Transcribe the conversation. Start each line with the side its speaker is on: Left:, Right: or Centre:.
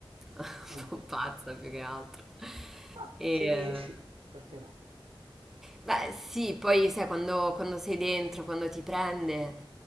Centre: un
Right: è importante.
Centre: po' pazza più che altro.
Right: Ma
Centre: E,
Right: se
Centre: eh,
Right: riesci, perché no?
Centre: Beh, sì, poi sai quando, quando sei dentro, quando ti prende.